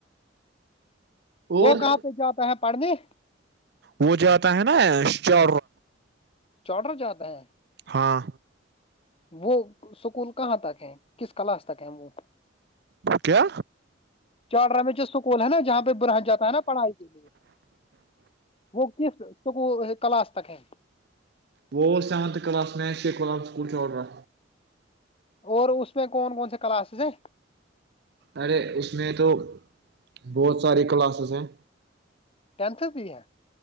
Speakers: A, on the right; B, on the left.
A: اور
B: وہ کہاں پہ جاتا ہے پڑھ د
A: وہ جاتا ہے نا چا
B: چوڈر جاتا ہے
A: ہاں
B: وہ سکول کہاں تک ہے کس کلاس تک ہے وہ
A: کیا
B: چاڑرام میں ج سکول ہے نا جہاں پہ رہ جاتا ہے نا پڑھائی کے لیے وہ کس تو کو کلا آج تک ہے
A: وہ سیونتھ کلاس میں شیخ غلام سکول چو رہا
B: اور اس میں کون کون سے کلاسز ہیں
A: ارے اس میں تو بہت سارے کلاسز ہیں
B: ٹینتھ بھی ہے